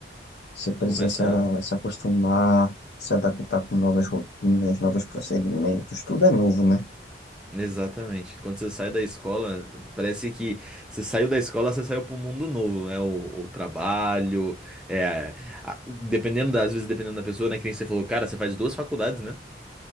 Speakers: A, on the left; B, in the centre.
A: Você precisa
B: Começa.
A: se, a- se acostumar, se adaptar com novas rotinas, novos procedimentos, tudo é novo, né?
B: Exatamente. Quando você sai da escola, parece que você saiu da escola, você saiu para um mundo novo, né? O, o trabalho, é, a- dependendo das às vezes, dependendo da pessoa, né? Que nem você falou, cara, você faz duas faculdades, né?